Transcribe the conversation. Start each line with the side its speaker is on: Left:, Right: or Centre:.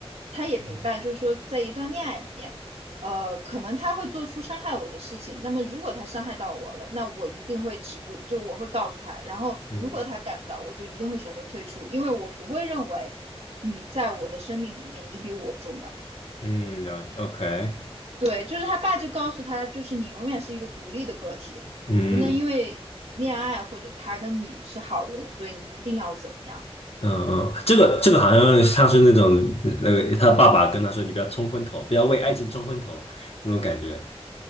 Right: 她也明白，
Left: 嗯
Right: 就是说，在一段恋爱里面。呃，可能他会做出伤害我的事情。那么，如果他伤害到我了，那我一定会止步，就我会告诉他。然后，
Left: 嗯
Right: 如果他改不了，我就一定会选择退出，因为我不会认为你在我的生命里面你比我重要。
Left: 嗯，了解，OK，嗯
Right: 对，就是他爸就告诉他，就是你永远是一个独立的个体，
Left: 嗯。
Right: 不能因为恋爱或者他跟你是好人，
Left: 嗯
Right: 所以你一定要怎么样。
Left: 嗯嗯，这个这个好像像是那种那个他爸爸跟他说：“你不要冲昏头，不要为爱情冲昏头。”那种感觉。